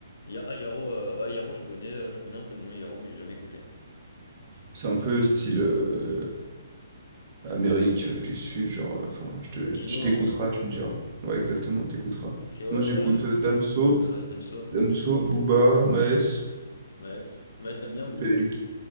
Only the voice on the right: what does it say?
C'est un peu style euh, Amérique euh, du Sud, genre... euh, Enfin, je te,
je t'écouteras,
tu me diras. Ouais, exactement, t'écouteras.
Sinon,
j'écoute
euh,
Damso,
Damso, Booba, Maes,
PLK.